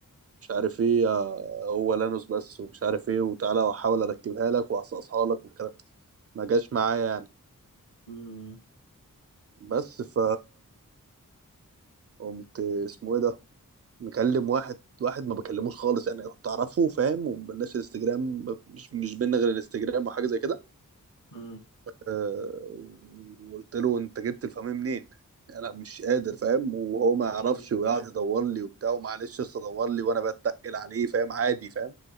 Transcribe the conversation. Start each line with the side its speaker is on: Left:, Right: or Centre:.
Right: مش عارف ايه آه، هو لانوس بس ومش عارف ايه وتعالى واحاول اركبها لك واصقصها لك والكلام ما جاش معايا يعني
Left: امم
Right: بس ف قمت اسمه ايه ده مكلم واحد واحد ما بكلموش خالص انا كنت اعرفه فاهم ومبلش الانستجرام مش مش بينا غير الانستجرام او حاجه زي كده
Left: امم
Right: أه وقلت له انت جبت الفاميه منين انا مش قادر فاهم وهو ما يعرفش
Left: امم
Right: ويقعد يدور لي وبتاع ومعلش اصل ادور لي وانا بتقل عليه فاهم عادي فاهم